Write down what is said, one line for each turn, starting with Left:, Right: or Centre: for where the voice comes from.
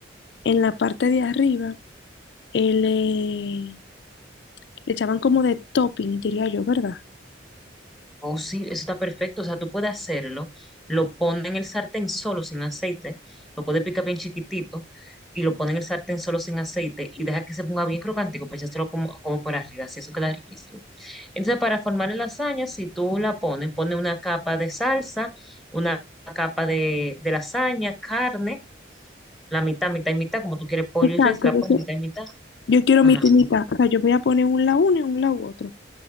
Left: en la parte de arriba, eh, le, le echaban como de topping, diría yo, ¿verdad?
Centre: Oh, sí, eso está perfecto. O sea, tú puedes hacerlo, lo pones en el sartén solo sin aceite, lo puedes picar bien chiquitito y lo pones en el sartén solo sin aceite y deja que se ponga bien crocantico, pues echárselo como, como por arriba, así eso queda riquísimo. Entonces, para formar la lasaña, si tú la pones, pones una capa de salsa, una capa de, de lasaña, carne, la mitad, mitad y mitad, como tú quieres pollo
Left: Exacto,
Centre: y res, la
Left: yo,
Centre: pones
Left: que-
Centre: mitad y mitad.
Left: yo quiero
Centre: Ajá,
Left: mi tinita. O sea, yo voy a poner un lado uno y un lado otro.